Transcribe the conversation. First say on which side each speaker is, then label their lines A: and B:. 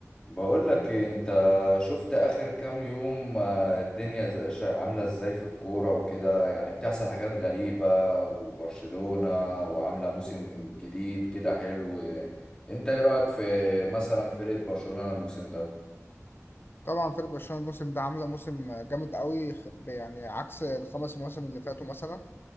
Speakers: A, on the left; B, on the left.
A: بقول لك إيه، انت شفت اخر كام يوم آه، الدنيا ز- شا- عامله ازاي في الكوره وكده يعني بتحصل حاجات غريبه وبرشلونه وعامله موسم جديد كده حلو انت ايه رايك في مثلا فرقه برشلونه الموسم ده
B: طبعا فريق برشلونه الموسم ده عامله موسم جامد قوي خ- يعني عكس الخمس مواسم اللي فاتوا مثلا